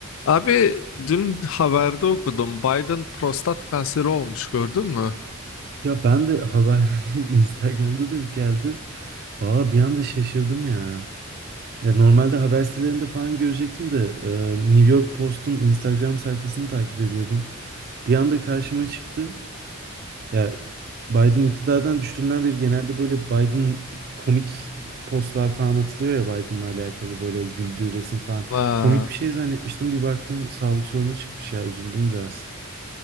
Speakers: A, on the left; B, on the right.
A: Abi dün haberde okudum. Biden prostat kanseri olmuş gördün mü?
B: Ya ben de haber <laughs> Instagram'da denk geldi. Valla bir anda şaşırdım ya. Ya normalde haber sitelerinde falan görecektim de e, New York Post'un Instagram sayfasını takip ediyordum. Bir anda karşıma çıktı. Ya Biden iktidardan düştüğünden beri genelde böyle Biden komik postlar falan atılıyor ya Biden'la alakalı böyle o güldüğü resim falan.
A: Vay.
B: Komik bir şey zannetmiştim bir baktım sağlık sorunu çıkmış ya üzüldüm biraz.